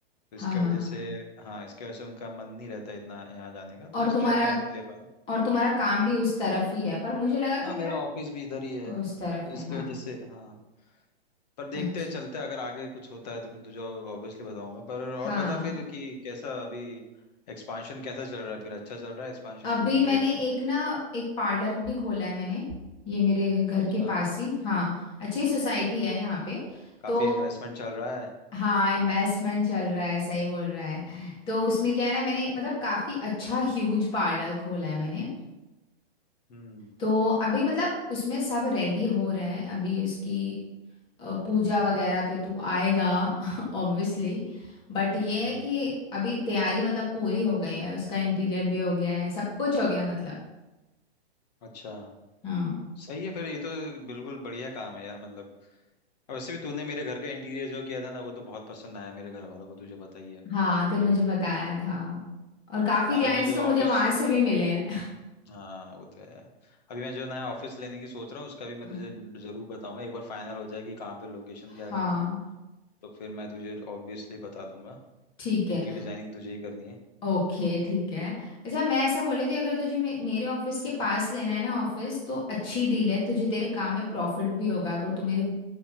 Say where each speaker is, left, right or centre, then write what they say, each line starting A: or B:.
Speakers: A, on the left; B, on the left.
A: तो इसके
B: हाँ हाँ
A: वजह
B: हाँ
A: से हाँ इसके वजह से उनका मन नहीं रहता इतना यहाँ जाने का तो
B: और
A: इसलिए
B: तुम्हारा
A: मैं नहीं ले पा
B: और तुम्हारा काम भी उस तरफ ही है पर मुझे लगा कि
A: हाँ
B: तेरा
A: मेरा ऑफिस भी इधर ही है
B: उस तरफ
A: तो इसकी
B: है हाँ
A: वजह से हाँ पर देखते
B: अच्छा
A: हैं चलते हैं अगर आगे कुछ होता है तो फिर तुझे ऑब्वियसली बताऊंगा पर
B: हाँ
A: और बता फिर कि कैसा अभी एक्सपांशन कैसा चल रहा है फिर अच्छा चल रहा है एक्सपांशन
B: अभी
A: इतना किया
B: मैंने
A: है तो
B: एक ना एक पार्लर भी खोला है मैंने ये मेरे घर
A: अच्छा
B: के पास ही हाँ अच्छी सोसाइटी है यहाँ पे
A: काफी
B: तो
A: इन्वेस्टमेंट चल रहा है
B: हाँ इन्वेस्टमेंट चल रहा है सही बोल रहा है तो उसमें क्या है ना मैंने मतलब काफ़ी अच्छा ह्यूज पार्लर खोला है मैंने
A: हम्म
B: तो अभी मतलब उसमें सब रेडी हो रहे हैं अभी उसकी अ,
A: हम्म
B: पूजा वगैरह पे तू आएगा <laughs> ऑब्वियसली बट ये
A: हम्म
B: है कि अभी तैयारी मतलब पूरी हो गई है उसका इंटीरियर भी हो गया है सब कुछ हो गया मतलब
A: अच्छा
B: हाँ
A: सही है फिर ये तो बिल्कुल बढ़िया काम है यार मतलब और वैसे भी तूने मेरे घर का इंटीरियर जो किया था ना वो तो बहुत पसंद आया मेरे घर वालों को तुझे पता ही है
B: हाँ तूने मुझे बताया था और काफी क्लाइंट्स
A: अभी मैं जो
B: तो मुझे
A: ऑफिस
B: वहां से भी मिले हैं
A: हाँ वो तो है अभी मैं जो नया ऑफिस लेने की सोच रहा हूँ उसका भी मैं
B: हाँ
A: तुझे जरूर बताऊंगा एक बार फाइनल हो जाए कि कहाँ पे लोकेशन क्या
B: हाँ,
A: करना है तो फिर मैं तुझे ऑब्वियसली बता दूंगा
B: ठीक
A: इंटीरियर
B: है
A: डिजाइनिंग तुझे ही करनी है
B: ओके ठीक है अच्छा मैं ऐसा बोल रही थी अगर तुझे मे मेरे ऑफिस के पास लेना है ना ऑफिस तो अच्छी डील है तुझे तेरे काम में प्रॉफिट भी होगा अगर तू मेरे